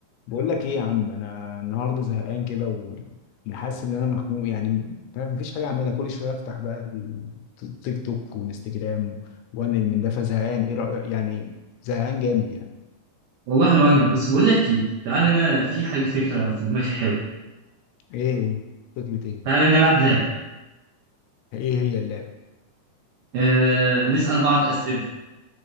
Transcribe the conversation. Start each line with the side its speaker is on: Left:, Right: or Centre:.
Left: بقول لك ايه يا عم انا النهارده زهقان كده وحاسس ان انا مخنوق يعني فاهم مفيش حاجه اعملها كل شويه افتح بقى التيك توك وانستجرام وانقل من ده فزهقان ايه رايك يعني زهقان جامد يعني
Right: والله وانا بس بقول لك ايه تعالى انا في حاجه فكره في دماغي حلوه
Left: ايه فكرة ايه
Right: تعالى نلعب لعبه
Left: ايه هي اللعبه
Right: آه نسال بعض اسئله